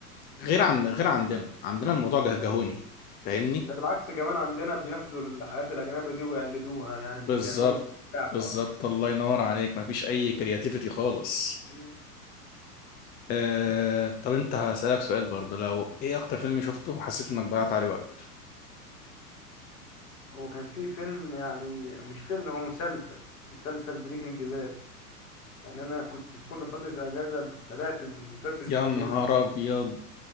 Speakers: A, on the left (about 60°); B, on the left (about 20°).
A: مم.
B: غير عن غير عندنا عندنا الموضوع جهجهوني فاهمني
A: ده بالعكس كمان عندنا بياخدوا الحياة الأجنبية دي ويقلدوها يعني
B: بالظبط
A: مش بيعملوا بتاع خالص
B: بالظبط الله ينور عليك مفيش اي كرياتيفيتي خالص
A: مم.
B: آه... طب انت هسألك سؤال برضه لو ايه اكتر فيلم شفته وحسيت انك ضيعت عليه وقت
A: هو كان في فيلم يعني مش فيلم هو مسلسل مسلسل بريكنج باد يعني أنا كنت في كل فترة الأجازة تابعت المسلسل شدني
B: يا نهار
A: الصراحة
B: ابيض